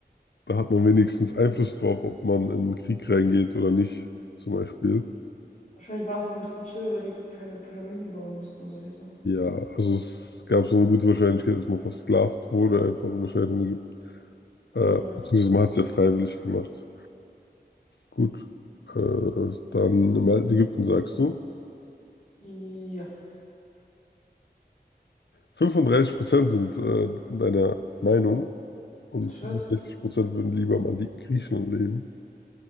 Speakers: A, on the left (about 85°); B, on the left (about 45°).
A: Da hat man wenigstens Einfluss drauf, ob man in den Krieg reingeht oder nicht, zum Beispiel.
B: Wahrscheinlich war es auch ein bisschen chill, weil die keine Pyramiden bauen mussten und solche Sachen.
A: Ja, also es gab so eine gute Wahrscheinlichkeit, dass man versklavt wurde, einfach wahrscheinlich in Ägypten. Äh,
B: Ja.
A: beziehungsweise man hat es ja freiwillig gemacht. Gut, äh, dann im alten Ägypten sagst du.
B: Ja,
A: 35% sind äh, deiner Meinung und
B: ach Scheiße.
A: 65% würden lieber im antiken Griechenland leben.